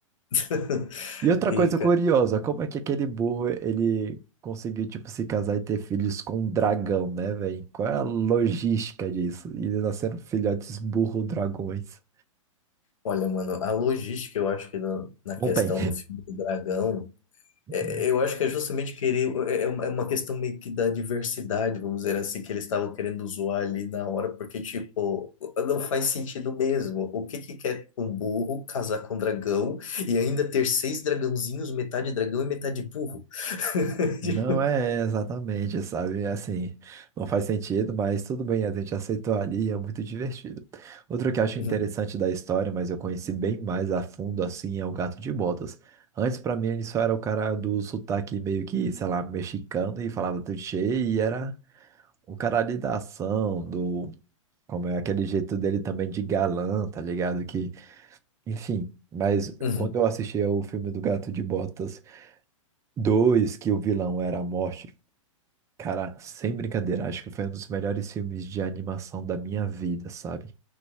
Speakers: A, on the left (about 70°); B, on the right (about 15°).
A: <laughs>
B: E outra
A: e,
B: coisa curiosa, como é que aquele burro ele conseguiu, tipo, se casar e ter filhos com um dragão, né, velho? Qual é a logística disso? E eles nasceram filhotes burro-dragões.
A: Olha, mano, a logística, eu acho que na, na
B: Não
A: questão
B: tem.
A: do filme do Dragão,
B: <laughs>
A: é- eu acho que é justamente querer, é, é uma é uma questão meio que da diversidade, vamos dizer assim, que eles estavam querendo zoar ali na hora, porque, tipo, não faz sentido mesmo. O que que quer um burro casar com um dragão e ainda ter seis dragãozinhos, metade dragão e metade burro? <laughs>
B: Não é exatamente, sabe? É Assim, não faz sentido, mas tudo bem, a gente aceitou ali e é muito divertido. Outro que eu acho
A: Uhum,
B: interessante da história, mas eu conheci bem mais a fundo, assim, é o Gato de Botas. Antes, pra mim, ele só era o cara do sotaque meio que, sei lá, mexicano e falava tudo cheio e era o cara ali da ação, do... Como é aquele jeito dele também de galã, tá ligado? Que, enfim, mas
A: uhum.
B: quando eu assisti ao filme do Gato de Botas 2, que o vilão era a morte Cara, sem brincadeira, acho que foi um dos melhores filmes de animação da minha vida, sabe?